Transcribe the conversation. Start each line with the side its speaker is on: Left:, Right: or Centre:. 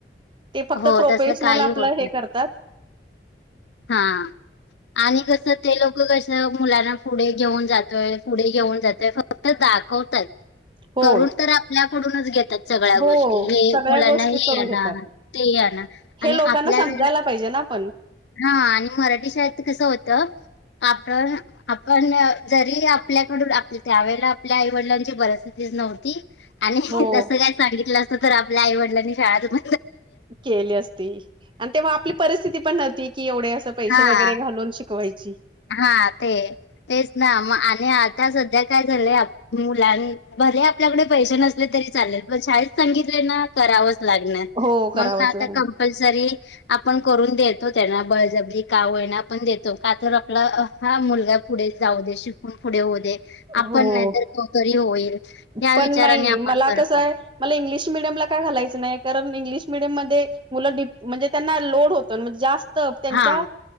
Right: ते फक्त
Left: हो,
Right: प्रोफेशनल
Left: तसं काही
Right: आपलं
Left: होत
Right: हे करतात
Left: हा आणि कस ते लो कसं मुलांना पुढे घेऊन जातोय पुढे घेऊन जातोय फक्त दाखवतात
Right: हो
Left: करून तर आपल्याकडूनच घेतात सगळ्या
Right: हो
Left: गोष्टी हे
Right: सगळ्या
Left: मुलांना
Right: गोष्टी
Left: हे
Right: करून
Left: आहे ना
Right: घेतात
Left: ते आहे ना
Right: हे
Left: आणि
Right: लोकांना
Left: आपल्या
Right: समजायला
Left: व
Right: पाहिजे ना पण
Left: हा आणि मराठी शाळेत कसं होतं आपण आपण जरी आपल्याकडून आप त्यावेेळेला आपल्या आई वडिलांची परिस्थितीच नव्हती आणि
Right: हो
Left: जसं काय सांगितलं असतं तर आपल्या आई वडिलांनी शाळा तुम
Right: केली असती आणि तेव्हा आपली परिस्थिती पण होती की एवढे असं पैसे
Left: हा
Right: वगैरे घालून शिकवायची
Left: हा ते तेच ना मग आणि आता सध्या काय झालंय मुलां भर आपल्याकडे पैसे नसले तरी चालेल पण शाळेत सांगितले ना करावंच लागणार
Right: हो करावंच
Left: म्हण आता
Right: लागणार.
Left: कप री आपण करून देतो त्यांना बळजबरी काव येना पण देतो का आपला हा मुलगा पुढे जाऊ दे शिकून पुढे होऊ दे आपण
Right: हो
Left: नाहीतर क तरी होईल या
Right: पण
Left: विचाराने
Right: नाई,
Left: आपण
Right: मला
Left: करतो
Right: कसं ए मला इंग्लिश मिडियमला का घालायचं नाही कारण इंग्लिश मिडियम मध्ये मुलं ड म्हणज त्यांना लोड होतो णजे जा त्यांच्या
Left: हा